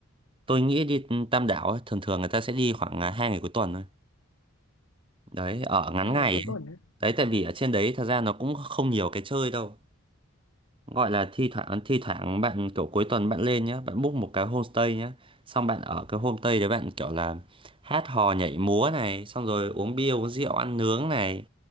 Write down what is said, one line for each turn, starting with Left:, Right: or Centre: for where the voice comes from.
Right: tôi nghĩ đi Tam Đảo ấy, thường thường người ta sẽ đi khoảng à, hai ngày cuối tuần thôi. Đấy, ở ngắn
Left: Hai
Right: ngày
Left: ngày cuối
Right: ấy.
Left: tuần á.
Right: Đấy tại vì ở trên đấy thật ra nó cũng không nhiều cái chơi đâu. gọi là thi thoảng thi thoảng bạn kiểu cuối tuần bạn lên nhá bạn book một cái homestay nhá xong bạn ở cái homestay đấy bạn kiểu là hát hò nhảy múa này xong rồi uống bia uống rượu ăn nướng này